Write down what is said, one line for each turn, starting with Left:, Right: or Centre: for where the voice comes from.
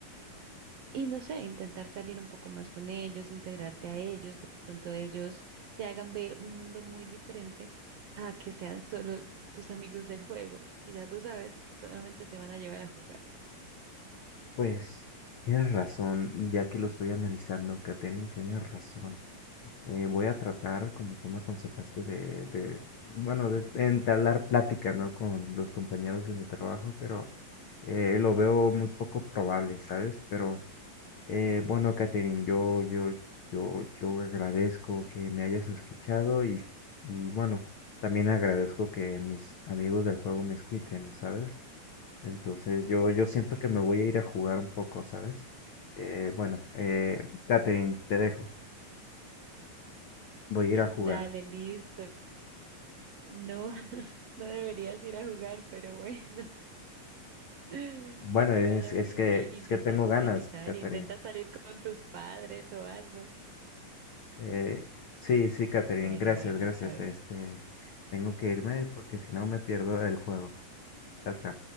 Right: Y no sé, intentar salir un poco más con ellos, integrarte a ellos, de pronto ellos te hagan ver un mundo muy diferente a que sean solo tus amigos del juego, que ya tú sabes que solamente te van a llevar a jugar.
Left: Pues tienes razón, y ya que lo estoy analizando, Katherine, tienes razón. Eh, voy a tratar, como tú me aconsejaste, de, de, bueno, de entablar plática, ¿no? Con los compañeros de mi trabajo, pero eh, lo veo muy poco probable, ¿sabes? Pero Eh, bueno, Catherine, yo, yo, yo, yo agradezco que me hayas escuchado y, y bueno, también agradezco que mis amigos del juego me escuchen, ¿sabes? Entonces yo, yo siento que me voy a ir a jugar un poco, ¿sabes? Eh, bueno, eh, Catherine, te dejo. Voy a ir a jugar.
Right: Dale, listo. No, <laughs> no deberías ir a jugar, pero bueno, <laughs>
Left: Bueno,
Right: que te
Left: es,
Right: vaya
Left: es
Right: muy
Left: que,
Right: bien.
Left: es
Right: Intenta
Left: que tengo
Right: socializar,
Left: ganas, Catherine.
Right: intenta salir con tus padres o algo.
Left: Eh, sí, sí, Catherine,
Right: Bueno,
Left: gracias,
Right: bueno,
Left: gracias.
Right: está bien.
Left: Este, tengo que irme porque si no me pierdo el juego. Chao, chao.